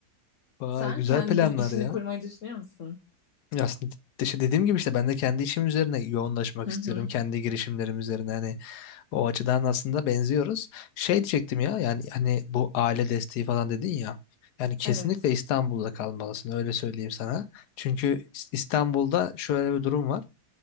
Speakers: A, on the left (about 80°); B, on the left (about 55°).
A: <laughs> Vay
B: Sen
A: güzel
B: kendi
A: planlar
B: işini
A: ya.
B: kurmayı düşünüyor musun?
A: Ya Aslında de- işte dediğim gibi işte ben de kendi işim üzerine yoğunlaşmak
B: Hı hı.
A: istiyorum. Kendi girişimlerim üzerine hani o açıdan aslında benziyoruz. Şey diyecektim ya yani hani bu aile desteği falan dedin ya. Yani kesinlikle
B: Evet.
A: İstanbul'da kalmalısın öyle söyleyeyim sana. Çünkü İs- İstanbul'da şöyle bir durum var.